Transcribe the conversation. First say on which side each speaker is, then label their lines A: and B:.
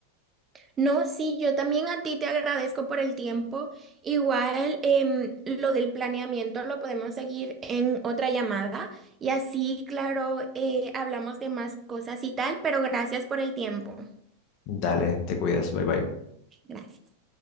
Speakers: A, on the right; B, on the left.
A: No, sí, yo también a ti te agradezco por el tiempo. Igual em, lo del planeamiento lo podemos seguir en otra llamada y así, claro, eh, hablamos de más cosas y tal, pero gracias por el tiempo.
B: Dale, te cuidas, bye bye.
A: Gracias.